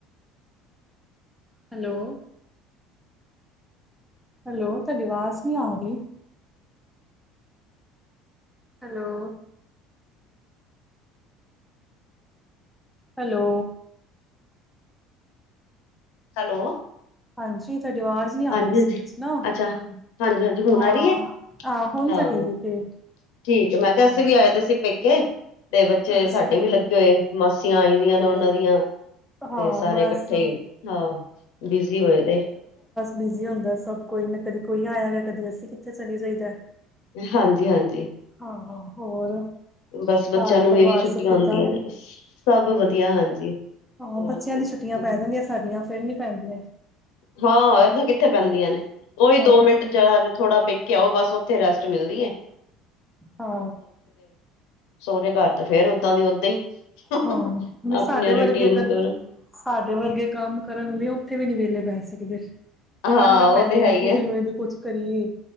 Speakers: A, in the centre; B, on the left.
A: ਹੈਲੋ ਹੈਲੋ ਤੁਹਾਡੀ ਆਵਾਜ਼ ਨੀ ਆ ਰਹੀ। ਹੈਲੋ ਹੈਲੋ
B: ਹੈਲੋ
A: ਹਾਂਜੀ ਸਾਡੀ ਆਵਾਜ਼ ਨੀ ਆ
B: ਹਾਂਜੀ-ਹਾਂਜੀ,
A: ਰਹੀ ਸੀ ਵਿੱਚ ਨਾ
B: ਅੱਛਾ ਹਾਂਜੀ-ਹਾਂਜੀ ਹੁਣ
A: ਹਾਂ
B: ਆ ਰਹੀ ਹੈ,
A: ਆਹ ਹੁਣ
B: ਹਾਂ
A: ਤਾਂ ਠੀਕ ਏ।
B: ਠੀਕ ਏ ਮੈਂ ਕਿਹਾ
A: ਹਾਂਜੀ
B: ਅਸੀਂ ਵੀ ਆਏ ਦੇ ਸੀ ਪੇਕੇ ਤੇ ਬੱਚੇ
A: ਅੱਛਾ
B: ਸਾਡੇ ਵੀ ਲੱਗੇ ਹੋਏ ਮਾਸੀਆਂ ਆਈ ਦੀਆਂ ਨੇ ਉਹਨਾਂ ਦੀਆਂ
A: ਹਾਂ
B: ਤੇ ਸਾਰੇ
A: ਬਸ
B: ਇਕੱਠੇ ਹਾਂ ਬਿਜੀ ਹੋਏ ਦੇ
A: ਬਿਜ਼ੀ ਹੁੰਦਾ ਸਭ ਕੋਈ ਨਾ ਕਦੀ ਕੋਈ ਆਇਆ ਹੈ ਕਦੀ ਅਸੀਂ ਕਿੱਥੇ ਚਲੀ ਜਾਈਦਾ
B: ਹਾਂਜੀ- ਹਾਂਜੀ
A: ਹਾਂ ਹੋਰ
B: ਬਸ ਬੱਚਿਆਂ
A: ਘਰ
B: ਨੂੰ
A: ਪਰਿਵਾਰ
B: ਇਹ ਵੀ ਛੁੱਟੀਆਂ
A: ਸਭ ਕਿੱਦਾਂ?
B: ਹੁੰਦੀਆਂ ਨੇ ਸਭ ਵਧੀਆ ਹਾਂਜੀ
A: ਹੋ
B: ਹੋਰ
A: ਬੱਚਿਆਂ
B: ਕੀ
A: ਦੀ ਛੁੱਟੀਆਂ ਪੈ ਜਾਂਦੀਆਂ ਸਾਡੀਆਂ ਫਿਰ ਨੀ ਪੈਂਦੀਆਂ।
B: ਹਾਂ ਇਹ ਤਾਂ ਕਿੱਥੇ ਪੈਂਦੀਆਂ ਨੇ ਉਹੀ
A: ਆਹੋ,
B: ਦੋ ਮਿੰਟ ਜਿਹੜਾ ਥੋੜਾ ਪੇਕੇ ਉਹ ਬਸ ਉੱਥੇ ਰੈਸਟ ਮਿਲ ਦੀ <unintelligible>
A: ਹਾਂ
B: ਸੋਹਰੇਘਰ ਤੇ ਫੇਰ ਓਦਾਂ ਦੀ ਓਦਾਂ ਹੀ <inaudible>
A: ਹਾਂ ਵੀ ਸਾਡੇ
B: ਆਪਣੀਆਂ
A: ਵਰਗੇ
B: ਰੂਟੀਨ
A: ਅਗਰ
B: ਕਰੋ।
A: ਸਾਡੇ ਵਰਗੇ ਕੰਮ ਕਰਨ ਲਈ ਉੱਥੇ ਵੀ ਨੀ ਵਿਹਲੇ ਬਹਿ ਸਕਦੇ। ਕਾਲੀਆਂ
B: ਹਾਂ ਉਹ
A: ਪੈਂਦੀਆਂ
B: ਤੇ ਹੈ ਹੀ
A: ਖੁੱਦ
B: ਹੈ
A: ਨੂੰ ਇਹ ਵੀ ਕੁਛ ਕਰੀਏ।